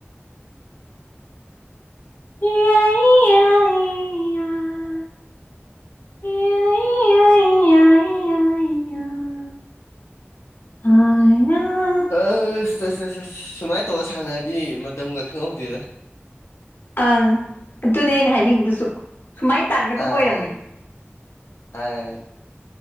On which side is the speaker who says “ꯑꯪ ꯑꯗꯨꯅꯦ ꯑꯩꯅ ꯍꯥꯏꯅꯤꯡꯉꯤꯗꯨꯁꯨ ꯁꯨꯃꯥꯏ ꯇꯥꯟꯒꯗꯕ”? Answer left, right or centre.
Left